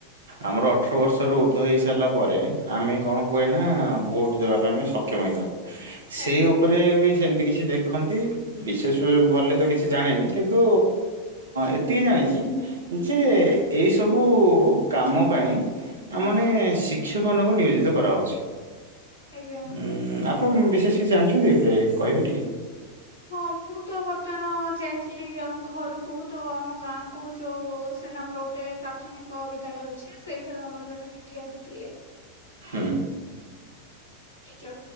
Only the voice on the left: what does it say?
ଆଜ୍ଞା
ଆଜ୍ଞା।
ହଁ ମୁଁ ତ ବର୍ତ୍ତମାନ ଯାଇଥିଲି ଆମ ଘରକୁ ତ ଆମ ଗାଁ କୁ ଯୋଉ ସେନା ଆମର ଗୋଟେ ପ୍ରଥମେ କ ବିଦ୍ୟାଳୟ ଅଛି ସେଇଠାରୁ ଆମର ଜଣେ ଦିଦି ଆସିଥିଲେ <inaudible>
ଟିଚେର